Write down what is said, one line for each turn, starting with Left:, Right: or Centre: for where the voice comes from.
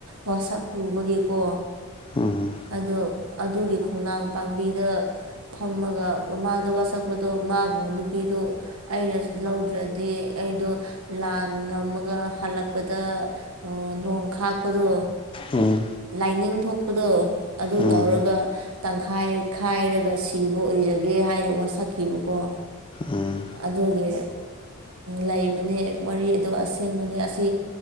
Right: ꯋꯥ ꯁꯛ ꯂꯨꯕꯒꯤꯀꯣ
Left: ꯎꯝ
Right: ꯑꯗꯣ ꯑꯗꯨꯒꯤ ꯈꯣꯡꯅꯥꯡ ꯄꯥꯝꯕꯤꯗ ꯊꯝꯃꯒꯃꯥꯗ ꯋꯥꯁꯛꯄꯗꯣ ꯃꯥꯕꯨ ꯅꯨꯄꯤꯗꯨꯣ ꯑꯩꯅ ꯂꯧꯗ꯭ꯔꯗꯤ ꯑꯩꯗꯣ ꯂꯥꯟ ꯉꯝꯃꯒ ꯍꯜꯂꯛꯄꯗ ꯅꯣꯡ ꯈꯥꯛꯄꯗꯣ
Left: ꯎꯝ
Right: ꯂꯥꯏꯅꯤꯡ ꯊꯣꯛꯄꯗꯣ ꯑꯗꯨ
Left: ꯎꯝ
Right: ꯇꯧꯔꯒ ꯇꯪꯈꯥꯏꯈꯥꯏꯔꯒ ꯁꯤꯕ ꯑꯣꯏꯖꯒꯦ ꯍꯥꯏꯅ ꯋꯥꯁꯛꯈꯤꯕꯀꯣ
Left: ꯎꯝ
Right: ꯑꯗꯨꯒꯤ ꯂꯩꯕꯅꯦ ꯋꯥꯔꯤ ꯑꯗꯨ ꯑꯁꯦꯡꯕꯅꯤ ꯑꯁꯤ